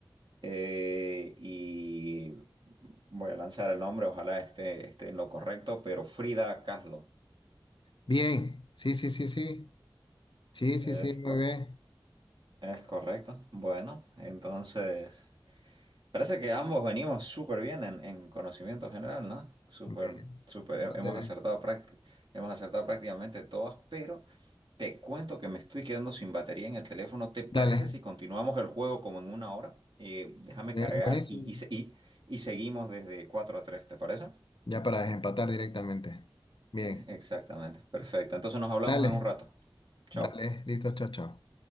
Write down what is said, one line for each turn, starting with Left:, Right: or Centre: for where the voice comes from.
Right: Eh, y voy a lanzar el nombre, ojalá esté, esté en lo correcto, pero Frida Kahlo.
Left: Bien, sí, sí, sí, sí. Sí, sí,
Right: Es,
Left: sí, muy
Right: cor-
Left: bien.
Right: es correcto. Bueno, entonces. Parece que ambos venimos súper bien en, en conocimiento general, ¿no? Súper,
Left: Muy bien.
Right: súper,
Left: Bastante
Right: he- hemos
Left: bien.
Right: acertado prácti- hemos acertado prácticamente todas, pero te cuento que me estoy quedando sin batería en el teléfono. ¿Te parece
Left: Dale.
Right: si continuamos el juego como en una hora? Eh, déjame
Left: Bien,
Right: cargar
Left: buenísimo.
Right: y, y, se- y- y seguimos desde 4 a 3. ¿te parece?
Left: Ya para desempatar directamente. Bien.
Right: <laughs> Exactamente, perfecto. Entonces nos hablamos
Left: Dale.
Right: en un rato. Chao.
Left: Dale. Listo, chao, chao.